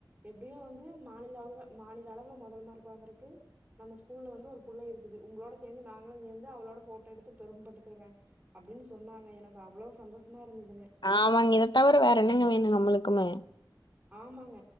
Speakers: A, on the right; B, on the left.
A: எப்டியு வந்து மாநில அளவுல மாநில அளவுல முதல் மார்க் வாங்குறக்கு நம்ம ஸ்கூல்ல வந்து ஒரு புள்ள இருக்குது உங்களோட சேர்ந்து நாங்களு சேர்ந்து அவளோட போட்டோ எடுத்து பெரும பட்டுக்குறோங்க அப்டின்னு சொன்னாங்க எனக்கு அவ்ளோ சந்தோஷமா இருந்ததுங்க
B: ஆமாங்க இத தவிர வேற என்னங்க வேணு நம்மளுக்குமே
A: ஆமாங்க